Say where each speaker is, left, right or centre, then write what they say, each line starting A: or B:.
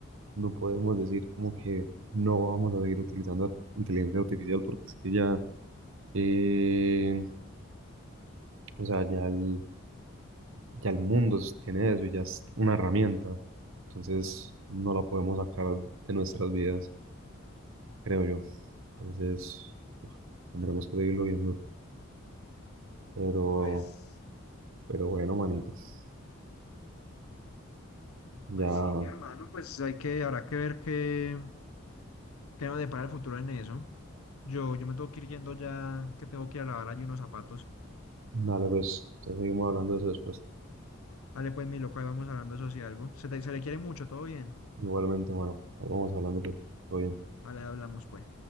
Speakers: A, on the right; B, on the left.
A: no podemos decir como que no vamos a seguir utilizando ar- inteligencia artificial, porque es que ya, eh, o sea, ya el, ya el mundo es- tiene eso, ya es una herramienta. Entonces, no la podemos sacar de nuestras vidas, creo yo. Entonces, uf, tendremos que seguirlo viendo, pero.
B: Pues,
A: Pero bueno, manitos. Ya,
B: pues sí, mi hermano, pues hay que, habrá que ver qué, qué nos depara el futuro en eso. Yo, yo me tengo que ir yendo ya, que tengo que ir a lavar allí unos zapatos.
A: dale pues. Entonces seguimos hablando de eso después.
B: Dale, pues, mi loco, ahí vamos hablando eso si algo. Se, te- se le quiere mucho, todo bien.
A: Igualmente, mano. Ahí vamos hablando pues. Todo bien.
B: Ahora hablamos, pues.